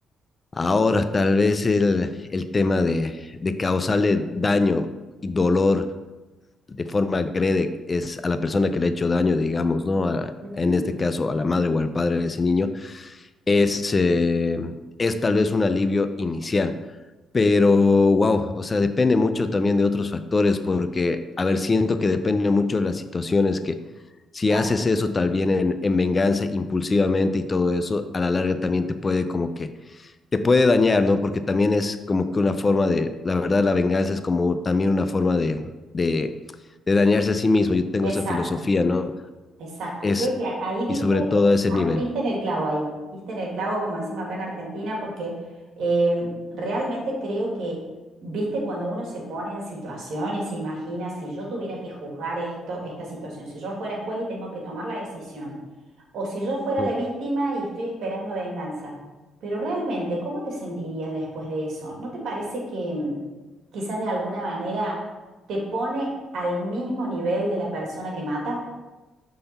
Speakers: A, on the left; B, on the right.
A: Ahora, tal vez el, el tema de, de causarle daño y dolor de forma agrede es a la persona que le ha hecho daño, digamos, ¿no? A,
B: Ujú.
A: en este caso, a la madre o al padre de ese niño, es, eh, es tal vez un alivio inicial. Pero, wow, o sea, depende mucho también de otros factores, porque, a ver, siento que depende mucho de las situaciones que, si
B: Claro,
A: haces eso tal vez en, en venganza impulsivamente y todo eso, a la larga también te puede como que te puede dañar, ¿no? Porque también es como que una forma de, la verdad, la venganza es como también una forma de, de, de dañarse a sí mismo. Yo tengo
B: exacto.
A: esa filosofía, ¿no?
B: Exacto,
A: Es,
B: creo que a- ahí diste,
A: y sobre
B: en-
A: todo a ese
B: ah,
A: nivel.
B: diste en el clavo ahí, diste en el clavo como decimos acá en Argentina, porque em, realmente creo que, viste, cuando uno se pone en situación y se imagina si yo tuviera que juzgar esto, esta situación, si yo fuera juez y tengo que tomar la decisión, o si yo fuera
A: Mm.
B: la víctima y estoy esperando venganza, pero realmente, ¿cómo te sentirías después de eso? ¿No te parece que em, quizás de alguna manera te pone al mismo nivel de la persona que mata?